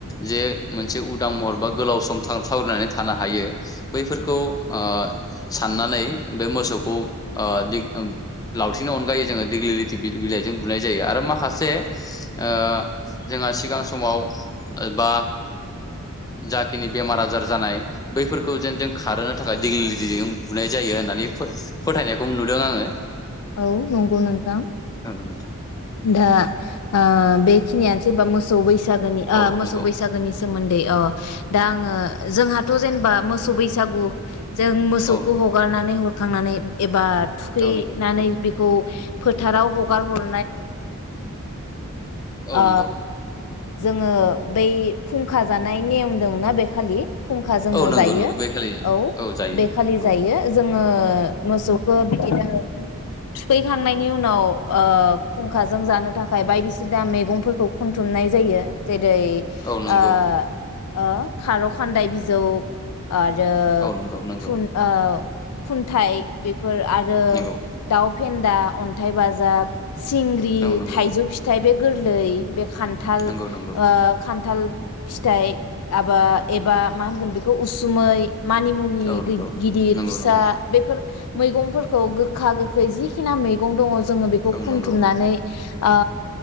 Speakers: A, on the left (about 15°); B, on the left (about 85°).
A: जे मोनसे उदां महर बा गोलाव सम थाव थावरिनानै थानो हायो बैफोरखौ ओ साननानै बे मोसौखौ दिग लावथिनि अनगायै जोङो दिग्लि लि दिबिल बिलाइजों बुनाय जायो आरो माखासे ओ जोंहा सिगां समाव बा जाखिनि बेमार आजार जानाय बैफोरखौ जेन जों खारहोनो थाखाय दिग्लि लिथिजों बुनाय जायो होननानै फोथायनायखौ नुदों आङो
B: औ नंगौ नोंथां
A: नंगौ नोंथां
B: दा आ बेखि खिनिया सोरबा मोसौै बैस बैसागोनि ओ
A: औ
B: मोसौ
A: नंगौ
B: बैगासोनि सोमोन्दै ओ दा आङो जोंहाथ' जेनेबा मोसौ बैसागु जों मोसौखौ
A: औ
B: हगारनानै हर खांनानै एबार थुखैनानै
A: नंगौ औ नंगौ
B: बेखौ फोथाराव हगार हर
A: नंगौ
B: ओ जोङो बै खुंखा जानाय नेयम दंना बे खालि खुंखा जोङो
A: औ नंगौ औ नंगौ
B: जायो
A: नंगौ बे खालि
B: औ
A: जायो
B: बेखालि
A: नंगौ
B: जायो जोङो मोसौखौ बिदिनो थुखैखांनायनि उनाव ओ खुंखाजों जानो थाखाय बायदिसिना मैगंफोरखौ खनथुमनाय जायो जे दै
A: औ नंगौ
B: ओ ओ खार' खान्दाय बिजौ आरो
A: औ नंगौ नंगौ
B: थुन ओ खुनथाय बेेब फोर आरो
A: नंगौ
B: दाव फेन्दा अन्थाइ बाजाब सिंग्रि
A: औ नंगौ
B: थाइजौ फिथ फिथाइ बे गोरलै बे खानथाल
A: नंगौ
B: ओ
A: नंगौ
B: खान खान्थाल फिथाइ आबा एबा मा होनगोन बेखौ उसुमै मानिमुनि
A: औ नंगौ
B: गि गिदिर
A: नंगौ
B: फिसा
A: नंगौ
B: बेफोर मैगंफोरखौ गोखा गोखै जिखिना मैगं दङ जोङो बेखौ
A: औ
B: खुनथुमनानै
A: नंगौ
B: ओ